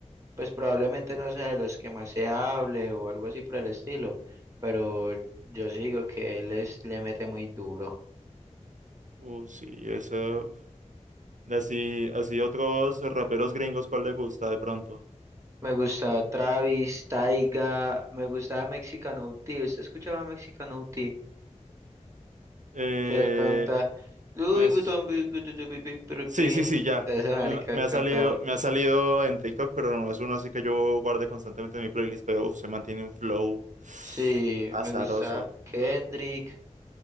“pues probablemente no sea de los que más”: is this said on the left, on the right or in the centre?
Right